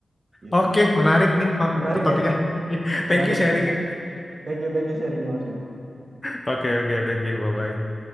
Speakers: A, on the right; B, on the left.
A: gitu
B: Oke, menarik nih kok
A: menarik
B: topiknya.
A: ya
B: <laughs> Thank
A: menarik
B: you sharingnya.
A: ya thank you thank you sharingnya Mas Yoma
B: <laughs> Oke oke, thank you. Bye bye.